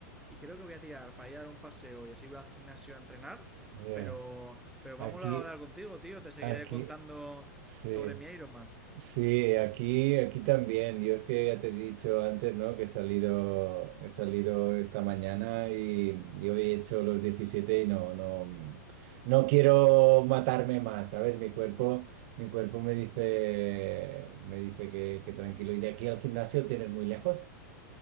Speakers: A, in the centre; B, on the right.
A: y creo que voy a tirar para ir a dar un paseo y así voy al gimnasio a entrenar.
B: Yeah.
A: Pero, pero vamos
B: Aquí,
A: a hablar contigo, tío. Te seguiré
B: aquí,
A: contando
B: sí.
A: sobre mi Ironman.
B: Sí, aquí, aquí también. Yo es que ya te he dicho antes, ¿no? Que he salido, he salido esta mañana y yo he hecho los 17 y no, no, no quiero matarme más, ¿sabes? Mi cuerpo, mi cuerpo me dice, me dice que, que tranquilo. ¿Y de aquí al gimnasio tienes muy lejos?